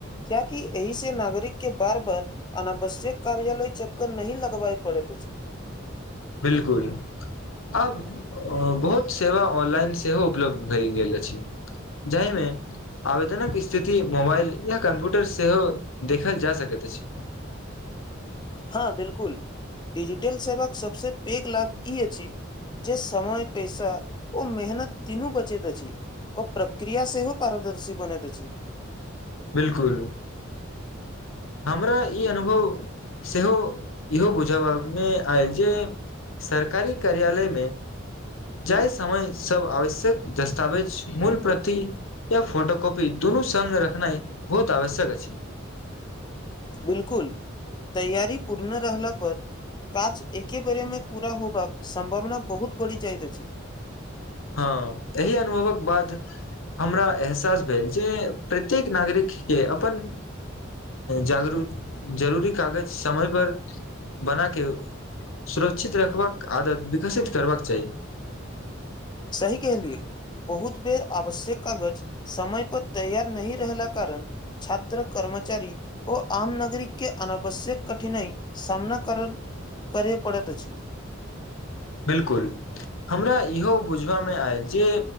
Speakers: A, on the left (about 20°); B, on the left (about 80°).
A: कियाकि एहि से नागरिक के बार बार अनावश्यक कार्यालय चक्कर नहीं लगबाइ पड़ेत अछि
B: बिलकुल आब बहुत सेवा ऑनलाइन सेहो उपलब्ध भय गेल अछि जाहिमे आवेदनक स्थिति मोबाइल या कम्प्यूटर सेहो देखल जा सकैत अछि
A: हँ बिल्कुल डिजिटल सेवाक सबस पैघ लाभ ई अछि जे समय पैसा ओ मेहनत तीनू बचैत अछि ओ प्रक्रिया सेहो पारदर्शी बनैत अछि
B: बिल्कुल हमरा ई अनुभव सेहो इहो बुझबामे आयल जे सरकारी कार्यालयमे जाहि समय सब आवश्यक दस्तावेज मूल प्रति या फोटोकॉपी दुनू सगं रखनाइ बहुत आवश्यक अछि
A: बिलकुल तैयारी पूर्ण रहला पर काज एके बेर मे पूरा होबाक सम्भावना बहुत बढ़ि जाइत अछि
B: हँ तेहि अनुभवक बाद हमरा एहसास भेल जे प्रत्येक नागरिक के अपन जागरूक जरूरी कागज समय पर बनाकेऽ सुरक्षित रखबाक आदत विकसित करबाक चाही
A: सही केहलियै बहुत बेर आवश्यक कागज समय पर तैयार नही रहला कारण छात्र कर्मचारी ओ आम नागरिक के अनावश्यक कठिनाइ सामना कर करिये पड़ैत अछि
B: बिलकुल हमरा इहो बुझलामे आयल जे